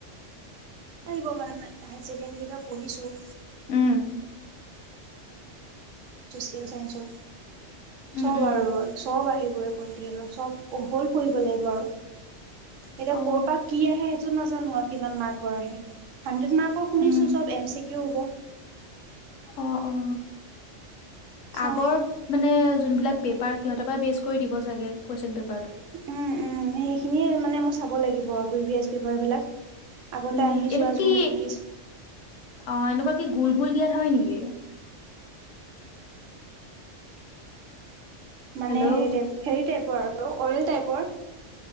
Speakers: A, on the right; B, on the left.
A: িব মানে হাই কেন্দ্ৰিৰ পৰা পঢ়িছো।
B: উম
A: খেল চাইঞ্চো
B: উম
A: চব
B: উম
A: আৰু চব আহিব। পলিটিকেলৰ চব হ'ল পঢ়িব লাগিব আৰু। এতিয়া
B: অ
A: কৰ' পৰা কি আহে সেইটো নাজানো আৰু। কিমান মাৰ্কৰ আহে? হানড্ৰেড মাৰ্ক শুনিছো
B: উম
A: চব এম চি কওঁ হব।
B: অহ-অহ
A: চাওঁ
B: আগৰ মানে যোনবিলাক পেপাৰ সিহঁৰ পৰা বেচ কৰি দিব চাগে, কুৱচন পেপাৰ
A: উম-উম সেইখিনিয়ে মানে ম চাব লাগিব আৰু প্ৰি ভ এছ পেপাৰ বিলাক। আগতে
B: উম
A: আহি
B: এনেকুৱা
A: যোৱা
B: কি
A: যোনে যোনেকৈছে।
B: অ এনেকুৱা গোল গোল দিয়াত হয় নেকি
A: মানে
B: হেল্ল'
A: হেৰি টাইপ হেৰি টাইপৰ আৰু আৰু অ'ৰেল টাইপৰ